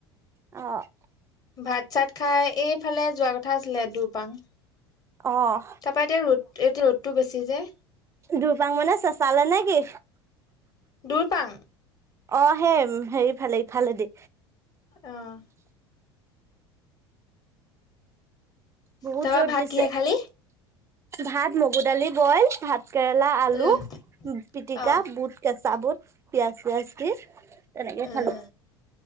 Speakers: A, on the right; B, on the left.
A: অ'।
B: ভাত-চাত খাই এইফালে যোৱা কথা আছিলে, দুৰপাং।
A: অ',
B: তাৰপৰা এতিয়া ৰ'দ- এতিয়া ৰ'দটো বেছি যে।
A: দুৰপাং মানে চেচালে নেকি?
B: দুৰপাং।
A: অ সেই হেৰিফালে ইফালে দী
B: অহ
A: বহুত
B: তাৰপৰা
A: ৰ'দ
B: ভাত
A: দিছে
B: কিহে খালি
A: ভাত মগু দালি বইল ভাত কেৰেলা আলু
B: উম
A: পিটিকা
B: অ
A: বুট কেঁচা বুট পিয়াজ চিয়াজ দি তেনেকে
B: উম
A: খালো